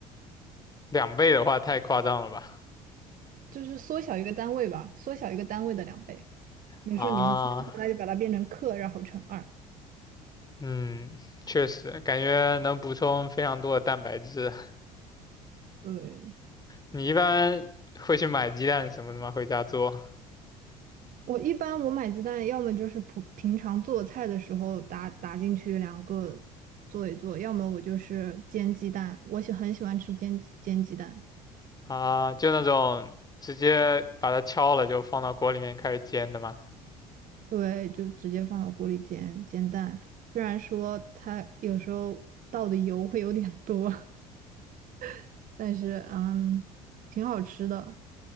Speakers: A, on the left; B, on the right.
A: 两倍的话太夸张了吧？
B: 就是缩小一个单位吧，缩小一个单位的两倍。你说你是千克那就把它变成克，
A: 啊，
B: 然后乘二。
A: 嗯，确实，感觉能补充非常多的蛋白质。
B: 对，
A: 你一般会去买鸡蛋什么的吗？回家做
B: 我一般我买鸡蛋，要么就是普平常做菜的时候打打进去两个做一做，要么我就是煎鸡蛋，我喜很喜欢吃煎煎鸡蛋。
A: 啊，就那种直接把它敲了就放到锅里面开始煎的吗？
B: 对，就直接放到锅里煎煎蛋。虽然说它有时候倒的油会有点多，<laughs> 但是嗯，挺好吃的。